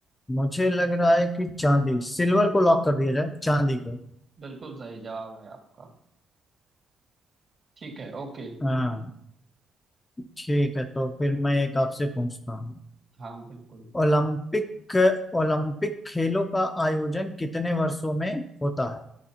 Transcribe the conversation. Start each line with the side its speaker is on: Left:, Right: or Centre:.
Left: मुझे लग रहा है कि चांदी सिल्वर को लॉक कर दिया जाए चांदी को
Right: बिल्कुल सही जवाब है आपका ठीक है ओके
Left: हाँ ठीक है तो फिर मैं एक आपसे पूछता हूँ
Right: हाँ बिल्कुल
Left: ओलंपिक ओलंपिक खेलों का आयोजन कितने वर्षों में होता है